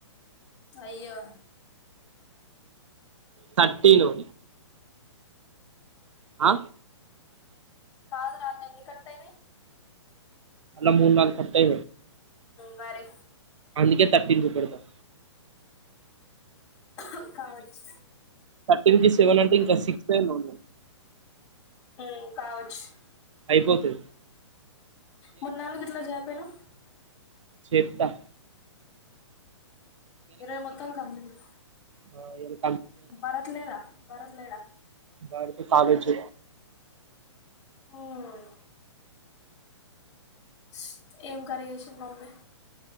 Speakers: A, on the left; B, on the right.
A: అయ్యో
B: థర్టీన్డి
A: అవు
B: ఆ
A: కాదు రాళ్ళు ఎన్ని కట్టయినా
B: అలా మూడు నగు కట్టై
A: మరి
B: అందుకే తప్పపు పెడతాం
A: హ కావచ్చు
B: ఎ సెవెన్ అంటే ఇంకా సిక్స్ అైన్ ఉ
A: ఉమ్ కావచ్చు
B: అయిపోతది
A: మన్నాళ్ళు గి ట్లా జయాపను
B: చెతా
A: ఈరోజు మొత్తం కంప్లీట్
B: ఆ ఎల్
A: భరత్లేడా భరత్ లేడా
B: వాడితో కాలేజ్
A: అయి ఇస్ ఏం కరీ చేసింది మమ్మీ